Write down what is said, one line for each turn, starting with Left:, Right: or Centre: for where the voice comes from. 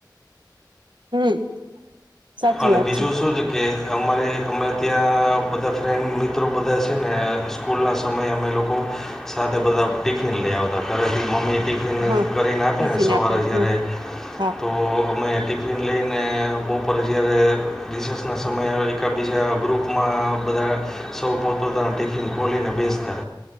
Right: હમ સાચી
Centre: અને
Right: વાત
Centre: બીજું શું છે કે અમારે અમે ત્યાં બધા ફ્રેન્ડ મિત મિત્ર બધા છે ને સ્કૂલના સમયે અમે લોકો સાથે બધા ટિફિન લઈ આવતા ઘરેથી મમ્મી ટિફિન
Right: હા
Centre: કરીને આપીને
Right: ટિફિન
Centre: સવારે
Right: આપી
Centre: જ્યારે
Right: હા હા
Centre: તો અમે ટિફ ટ્રીન લઈને બપપોરે જ્યારે રિસેર્સના સમયે એકાબીજા ગ્રુપમાં બધા સૌ પોતપોતાનું ટિફિન ખોલીને બેસતા